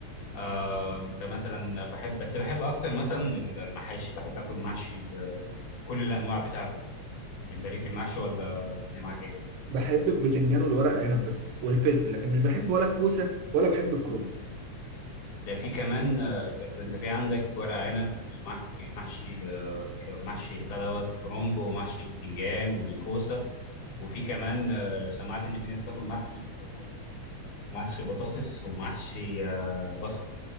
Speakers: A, on the left; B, on the right.
A: آه، انت مثلا بحب بس بحب اكتر مثلا المحاشي بحب اكل محشي آه، كل الانواع بتاعته انت ليك في المحشي ولا الدنيا معاك ايه
B: بحب البتنجان والورق العنب بس والفلفل لكن مش بحب ولا الكوسة ولا بحب الكرنب
A: ده في كمان آه، ده ده انت في عندك ورق عنب ومح ومحشي آه، محشي بتاع دوت كرومب ومحشي بتنجان وكوسه وفي كمان آه، سمعت ان في ناس بتاكل محشي طماطم ومحشي بطاطس ومحشي آه، بصل